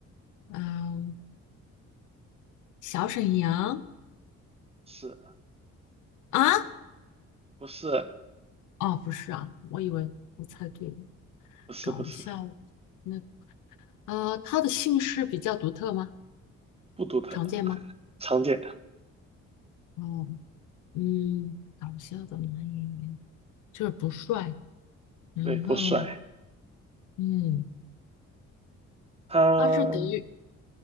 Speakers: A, on the left (about 80°); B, on the right (about 20°).
A: 嗯，小沈阳
B: 是
A: 啊？
B: 不是
A: 哦，不是啊，我以为我猜对了，
B: 不是不是
A: 搞笑那啊、他的姓氏比较独特吗？
B: 不独特，
A: 常见吗？
B: 常见，
A: 哦，嗯，搞笑的男演员就是不帅，然后
B: 对，不帅，
A: 嗯，
B: 他，
A: 他是德云，